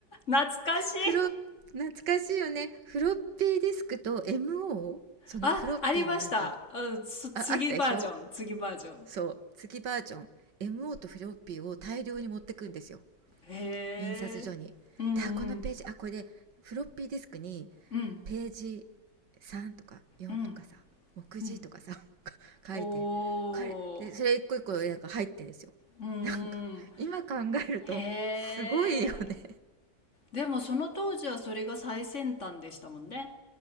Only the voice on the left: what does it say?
懐かしい
あ、ありました。うん、つ、次バージョン、
次バージョン。
へ
え。うんうん。
うん。
うん。うん。
おー。うんう
ん。へえ。でもその当時はそれが最先端でしたもんね。